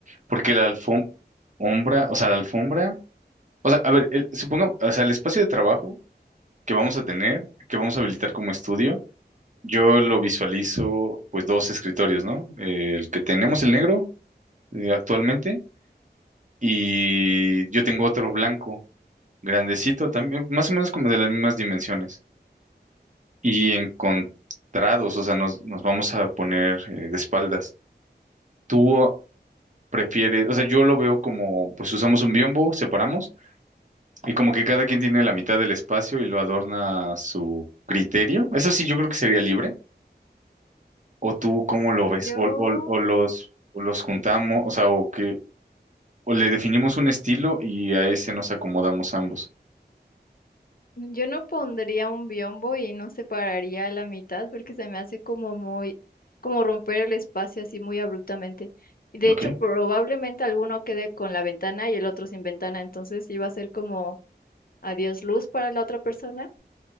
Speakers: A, on the right; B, on the left.
A: Porque la alfombra, o sea, la alfombra, o sea, a ver, el- supongamos, o sea, el espacio de trabajo que vamos a tener, que vamos a habilitar como estudio, yo lo visualizo, pues, dos escritorios, ¿no? El que tenemos, el negro, eh, actualmente. Y yo tengo otro blanco, grandecito también, más o menos como de las mismas dimensiones. Y encontrados, o sea, nos, nos vamos a poner eh, de espaldas. Tú prefieres, o sea, yo lo veo como, pues usamos un biombo, separamos, y como que cada quien tiene la mitad del espacio y lo adorna a su criterio. Eso sí, yo creo que sería libre. ¿O tú cómo lo ves?
B: Yo
A: ¿O, o- o los, o los juntamos, o sea, o que, o le definimos un estilo y a ese nos acomodamos ambos?
B: Yo no pondría un biombo y no separaría a la mitad porque se me hace como muy, como romper el espacio así muy abruptamente. Y de
A: ¿Ok?
B: hecho, probablemente alguno quede con la ventana y el otro sin ventana, entonces iba a ser como adiós luz para la otra persona.